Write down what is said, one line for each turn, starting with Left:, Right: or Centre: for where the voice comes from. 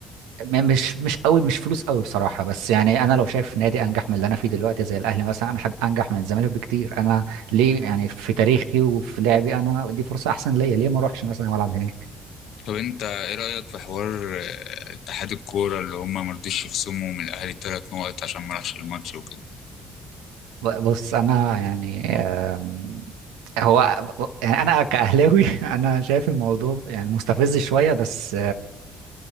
Right: م- مش مش قوي مش فلوس قوي بصراحه بس يعني انا لو شايف نادي انجح من اللي انا فيه دلوقتي زي الاهلي مثلا أنا حب- انجح من الزمالك بكتير انا ليه يعني في تاريخي وفي لعبي انا دي فرصه احسن ليا ليه ما اروحش مثلا والعب هناك
Left: طب انت ايه رأيك في حوار آه، اتحاد الكورة اللي هم مرضيش يخصموا من الاهلي ثلاث نقط عشان ما راحش الماتش وكده
Right: ب- بص انا يعني آم، هو يعني انا كاهلاوي <laughs> انا شايف الموضوع يعني مستفز شويه بس